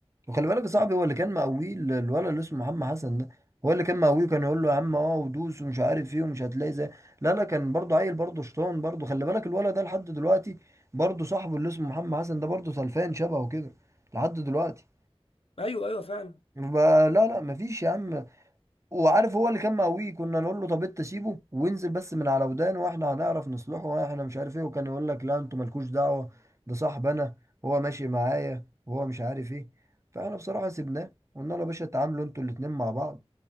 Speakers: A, on the right; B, on the left.
A: وخلي بالك يا صاحبي هو اللي كان مقويه ال- الولد اللي اسمه محمد حسن ده هو اللي كان مقويه كان يقول له يا عم اه ودوس ومش عارف ايه ومش هتلاقي زي لا لا كان برضه عيل برضه شطان برضه خلي بالك الولد ده لحد دلوقتي برضه صاحبه اللي اسمه محمد حسن ده برضه سلفان شبهه كده لحد دلوقتي
B: ايوه ايوه فعلا
A: فلا لا لا مفيش يا عم وعارف هو اللي كان مقويه كنا نقول له طب انت سيبه وانزل بس من على ودانه واحنا هنعرف نصلحه واحنا مش عارف ايه وكان يقول لك لا انتوا مالكوش دعوه ده صاحبنا هو ماشي معايا وهو مش عارف ايه فاحنا بصراحه سيبناه قلنا له يا باشا اتعاملوا انتوا الاتنين مع بعض